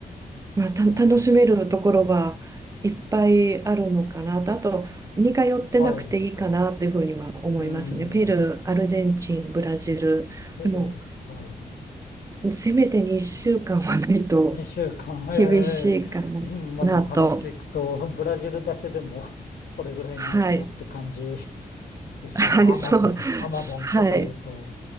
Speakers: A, on the right; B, on the left.
A: まあ、た、
B: はい、
A: 楽しめるところはいっぱいあるのかなと、あと似通ってなくていいかなというふうには思いますね。
B: はい、うん、
A: ペルー、アルゼンチン、ブラジル。
B: ペルー、
A: でも、
B: はい。
A: せめて2週間はないと
B: 2週間、<laughs> ええ今の話聞くと、
A: 厳しいかな、なと。
B: <laughs> ブラジルだけでも <laughs> それぐらいないとって感じ
A: はい。
B: でしたね。
A: はい、
B: アマゾン、
A: そう。
B: アマゾンとか言うと、
A: はい。